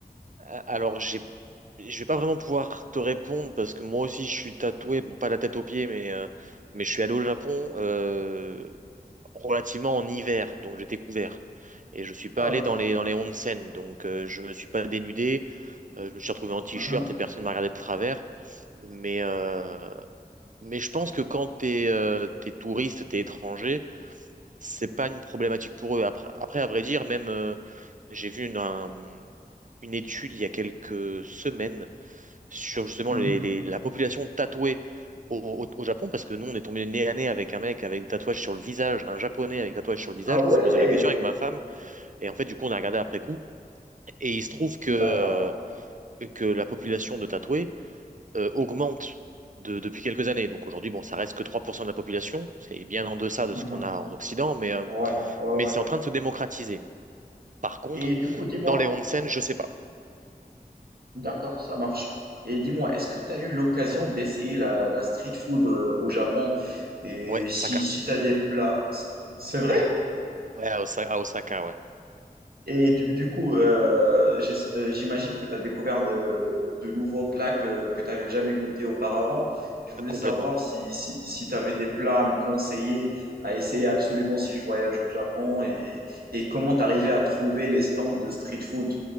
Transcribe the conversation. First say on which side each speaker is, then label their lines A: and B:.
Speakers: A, on the right; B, on the right.
A: Euh, Alors, j'ai, je vais pas vraiment pouvoir te répondre parce que moi aussi je suis tatoué, bon pas la tête aux pieds, mais, euh, mais je suis allé au Japon euh, relativement en hiver, donc j'étais couvert. Et je suis pas
B: Ah,
A: allé
B: ok.
A: dans les, dans les onsen, donc euh, je me suis pas dénudé, euh, je me suis retrouvé en t-shirt
B: Mhm,
A: et personne m'a regardé de travers. Mais, euh, mais je pense que quand t'es euh, t'es touriste, t'es étranger, c'est pas une problématique pour eux. Après, après à vrai dire, même euh, j'ai vu une, un- une étude il y a quelques semaines sur justement
B: mhm.
A: les- les- la population tatouée au, au- au Japon, parce que nous, on est tombé nez à nez avec un mec avec des tatouages sur le visage, un japonais avec des tatouages sur le visage,
B: Ah ouais,
A: on s'est posé la question avec ma femme, et en fait, du coup, on a regardé après coup, et il se trouve que,
B: d'accord.
A: que la population de tatoués euh, augmente de- depuis quelques années. Donc aujourd'hui, bon, ça reste que 3% de la population, c'est bien en deçà de
B: Mhm.
A: ce qu'on a en Occident, mais, euh,
B: Ouais, ouais,
A: mais
B: ouais.
A: c'est en train de se démocratiser. Par contre,
B: Et du coup, dis-moi,
A: dans les onsen, je sais pas.
B: d'accord, ça marche. Et dis-moi, est-ce que tu as eu l'occasion d'essayer la, la street food euh, au Japon? Et
A: Ouais,
B: si,
A: Osaka.
B: si tu as des plats, c'est c'est vrai?
A: Ouais, à Osa- à Osaka, ouais.
B: Et du, du coup, euh, j'es- euh, j'imagine que tu as découvert de, de nouveaux plats que, que tu n'avais jamais goûté auparavant. Je voulais
A: Complètement.
B: savoir si, si, si tu avais des plats à me conseiller, à essayer absolument si je voyage au Japon et, et comment tu arrivais à trouver les stands de street food.